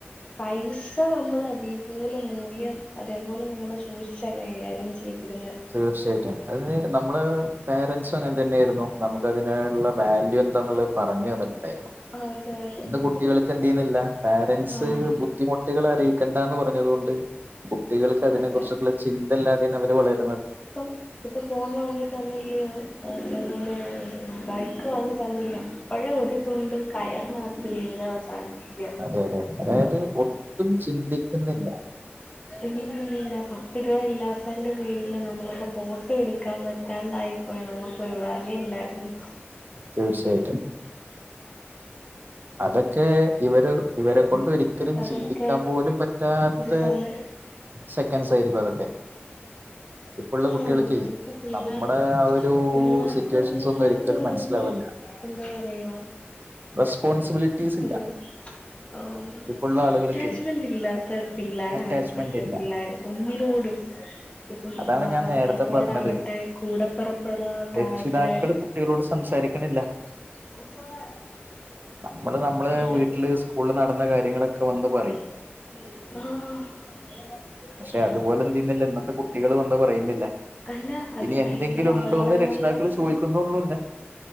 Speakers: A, on the left; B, on the right.
A: പൈസ നമ്മൾ അതേപോലെ മൂല്യം അതേപോലെ നമ്മൾ സൂക്ഷിച്ച കൈകാര്യം ചെയ്യു ഇര്ന്നെ
B: തീർച്ചയായിട്ടും അത് നമ്മള് പേരൻസും അങ്ങനെ തന്നെർന്നു നമുക്ക് അതിനുള്ള വാല്യൂ എന്താന്ന്ള്ളത്. പറഞ്ഞു തന്നിട്ടുണ്ടായിരുന്നു.
A: അതെ അതെ
B: ഇന്ന്
A: ഇപ്പം
B: കുട്ടികൾക്ക് എന്ത് ചെയ്യുന്നില്ല പാരന്റ്സ്
A: ആഹ്
B: ബുദ്ധിമു കുട്ടികളെ അറിയിക്കണ്ട എന്ന് പറഞ്ഞത് കൊണ്ട് കുട്ടികൾക്ക് അതിനെ
A: അതെ
B: കുറിച്ചുള്ള ചിന്തല്ലാതെയാണ് അവര് വളരു
A: പ്പം ഇപ്പൊ ഫോൺ വാങ്ങി തന്നില്ലയോ അതേപോലെ ബൈക്ക് വാങ്ങി തന്നില്ല പ്പഴേ ഒരു. അത് കൊണ്ട് കയർനകത്ത് ജീവിതം അവസാനിപ്പി
B: അതെ അതെ അതായത് ഒട്ടും ചിന്തിക്കുന്ന്ല്ല.
A: ഇല്ലില്ലില്ല പത്ത് രൂപ ഇല്ലാത്തന്റെ പേരില് നമ്മളക്കെ ഫോട്ടോ എടുക്കാൻ പറ്റ് റ്റാണ്ടായി പോയ നമുക്കൊരു ബാല്യുണ്ടായിരുന്ന്. <inaudible>
B: തീർച്ചയായിട്ടും. അതൊക്കെ ഇവര് ഇവരെ കൊണ്ട് ഒരി ക്കലും
A: അതൊക്കെ
B: ചിന്തിക്കാൻ പോലും പറ്റാത്ത
A: ഒരു സമയം
B: സെക്കൻഡ്സ് ആയിരിക്കും അതൊക്കെ. ഇപ്പള്ള കുട്ടികൾക്ക്
A: ആഹ് അതൊക്കെ പിള്ളേർക്ക്
B: നമ്മുടെ ഒരു
A: പിള്ളേർക്ക്
B: സിറ്റുവേഷൻസ്
A: ഒന്നിനോട്
B: ഒന്നും ഒരിക്കലും
A: ഒരു
B: മനസ്സിലാവുല്ല.
A: ഒരു എന്താ പറയാ
B: റെസ്പോൺസിബിലിറ്റീസ് ഇല്ല
A: ഒരു ഉം.
B: ഇപ്പോഴുള്ള
A: ഒരു
B: ആളുകൾക്കേ
A: അറ്റാച്ച്മെന്റ് ഇല്ലാത്ത പിള്ളേരാണ്
B: അറ്റാച്ച്മെന്റ്
A: ഇപ്പോഴത്തെ
B: ഇല്ല
A: പിള്ളേര് ഒന്നിനോടും. ഇപ്പം
B: അതാണ്
A: മാതാപിതാക്കളോടാവട്ടെ
B: ഞാൻ നേരത്തെ പറഞ്ഞത്
A: കൂടപ്പെറപ്പുകളോടാവട്ടെ.
B: രക്ഷിതാക്കൾ കുട്ടികളോട് സംസാരിക്ക്ണില്ല.
A: <unintelligible>
B: നമ്മള് നമ്മളെ
A: അതെ
B: വീട്ടില് സ്കൂളിൽ നടന്ന കാര്യങ്ങളൊക്കെ.
A: ആഹ്
B: വന്ന് പറയും പക്ഷെ അതുപോലെ എന്ത് ചെയ്യുന്നില്ല ഇന്നത്തെ കുട്ടികൾ വന്ന് പറയുന്നില്ല
A: അല്ല അത്
B: ഇനി
A: ഭയങ്കര
B: എന്തെങ്കിലും
A: അപകടങ്ങളിലേക്കും
B: ഉണ്ടോന്ന് രക്ഷിതാക്കൾ ചോദിക്കുന്നുള്ളൂല്ല